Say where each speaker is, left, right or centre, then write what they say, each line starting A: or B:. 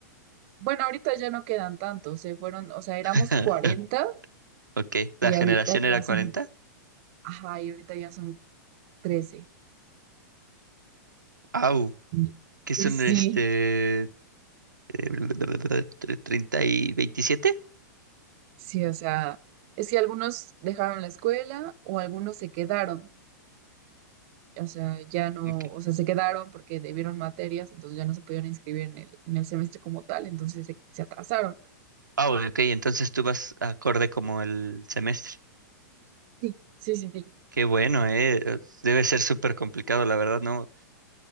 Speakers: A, on the right (about 45°); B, on the right (about 80°).
A: Bueno, ahorita ya no quedan tantos, se fueron, o sea, éramos
B: <laughs>
A: 40
B: Ok. ¿La
A: y
B: generación
A: ahorita ya
B: era cuarenta
A: son, ajá, y ahorita ya son trece
B: ¡Au!
A: Y-
B: Que
A: Sí,
B: son
A: sí,
B: este? eh, 30 y 27.
A: sí, o sea, es que algunos dejaron la escuela o algunos se quedaron, o sea, ya no,
B: Ok.
A: o sea, se quedaron porque debieron materias, entonces ya no se pudieron inscribir en el, en el semestre como tal, entonces se, se atrasaron.
B: Ah, bueno, ok, entonces tú vas acorde como el semestre.
A: Sí, sí, sí, sí.
B: Qué bueno, eh. Debe ser súper complicado, la verdad, ¿no?